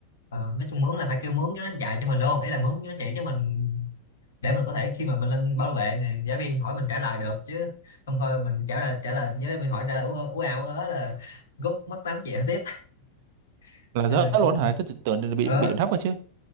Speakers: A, on the left; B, on the right.
A: ờ, nói chung mướn là phải kêu mướn cho nó dạy cho mình luôn ý là mướn cho nó chỉ cho mình để mình có thể khi mà mình lên bảo vệ người giáo viên hỏi mình trả lời được chứ không thôi mình trả lời trả lời nhớ mình hỏi trả lời ú ú ảo đó là rút mất 8 triệu tiếp <laughs>
B: là
A: nên
B: rớt
A: là cũng
B: luôn hả tôi tưởng là bị
A: ờ
B: bị điểm thấp rồi chứ